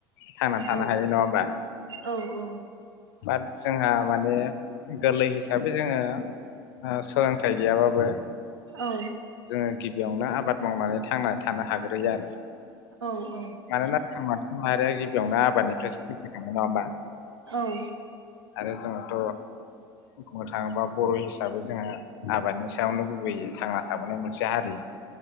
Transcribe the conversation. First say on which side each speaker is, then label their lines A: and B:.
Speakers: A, on the left (about 65°); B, on the right (about 85°).
A: थांनानै थानो
B: औ
A: हायो नङा होमबा।
B: औ औ
A: बाट जोंहा माने गोरलै हिसाबै जोङो आ सोलों थाइ गैयाबाबो
B: औ
A: जोङो गिबियावनो आबाद मावनानै थांना थानो हाग्रोयो आरो।
B: औ औ
A: मानोना थांना थानाय नो गिबियावनो आबादनिफ्रायसो फैगोरदों नङा होमबा
B: औ
A: आरो जोङोथ' बुंनो थाङोबा बर' हिसाबै जोङो आबादनि सायावनो गुबैयै थांना थाबोनाय मोनसे हारि।